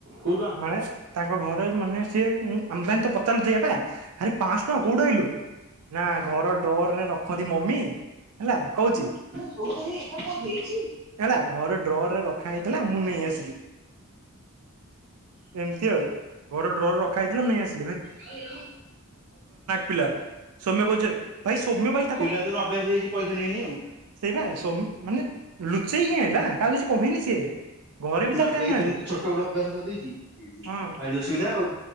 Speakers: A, on the right; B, on the right.
A: କୋଉଠୁ ଆଣ
B: ମାନେ ତାଙ୍କ ଘରେ ମାନେ ସିଏ ମୁଁ ଆମ ପାଇଁ ପ ତାହେଲେ ସେଆପା ଆରେ ପାଆଁଶ ଟଙ୍କା କୋଉଠିଲୁ ଆଣିଲୁ? ନା ଘର ଡ୍ରରରେ ରଖନ୍ତି ମମି। ହେଲା କହୁଛି।
A: ହଉ ହଉ ଏଇ ଏଠା କଣ ହେଇଚି।
B: ହେଲା ଘର ଡ୍ରରରେ ରଖା ହେଇଥିଲା ମୁଁ
A: ହୁଁ
B: ନେଇ
A: ହଁ
B: ଆସିଲି ଏମିତି ଆଉ। ଘର ଡ୍ରରେ ରଖା ହେଇଥିଲା ନେଇଆସି
A: ହଁ
B: ପିଲା। ସୌମ୍ୟ କହୁଛି ଭାଇ ସୌମ୍ୟ ଭାଇ
A: ପିଲାଦିନୁ ଅଭ୍ୟାସ ହେଇଛି। ପଇସା ନେଇନି ଆଉ।
B: ସେଇପା ସୋମୌ ମାନେ ସେଇ ଆଣିଲା ତାହାକୁ କିଛି କହିନି ସିଏ। ଘରେ ବି
A: ନା
B: ତାର
A: ସେଇଦିନୁ
B: ଜାଣିନାହାନ୍ତି
A: ଛୋଟ ବେଳୁ ଅଭ୍ୟାସ କରିଦେଇଛି।
B: ହଁ
A: ଭାରି ଅସୁବିଧା ଆଉ